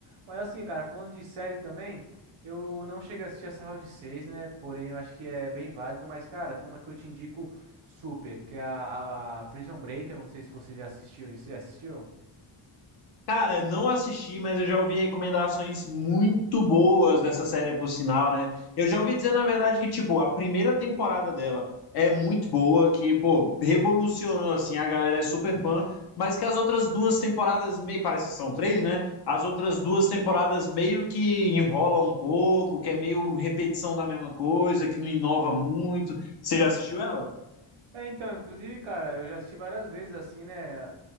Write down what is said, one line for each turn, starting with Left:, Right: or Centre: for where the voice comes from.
Right: Mas assim, cara, falando de série também, eu não cheguei a assistir essa Round 6, né? Porém, eu acho que é bem válido. Mas, cara, tem uma que eu te indico super, que é a, a Prison Break. Eu não sei se você já assistiu. Você já assistiu?
Left: Cara, não assisti, mas eu já ouvi recomendações muito boas dessa série, por sinal, né? Eu já ouvi dizer, na verdade, que, tipo, a primeira temporada dela é muito boa, que, pô, revolucionou, assim, a galera é super fã, mas que as outras duas temporadas, meio, parece que são três, né? As outras duas temporadas meio que enrolam um pouco, que é meio repetição da mesma coisa, que não inova muito. Você já assistiu ela?
Right: É, então, inclusive, cara, eu já assisti várias vezes, assim, né?